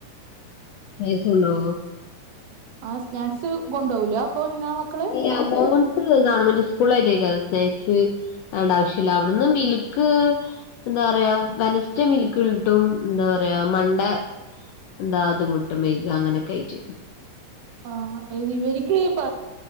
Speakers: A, on the left; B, on the right.
A: ടേസ്റ്റ് ഉണ്ടോ
B: ആ സ്നാക്സ് കൊണ്ടോവൂല അപ്പൊ ഇഎ ങ്ങ മക്കള്
A: നിങ്ങൾക്ക് ഗവൺമെന്റ് സ്കൂള ആയിട്ടേക്ക സ്നാക്സ് അങേൻറെ ആവശ്യമില്ല അവിടന്ന് മീൽ ക്ക് എന്താ പറയാ വെനസ്ടെ മിൽക്കിട്ടും എന്താ പറയാ മണ്ടെ എന്താ അതും മുട്ട് മെയഗ അങ്ങനെ ആയിട്ട്ട്
B: ആ ഇത് ഇവര്ക്ക്പ്പ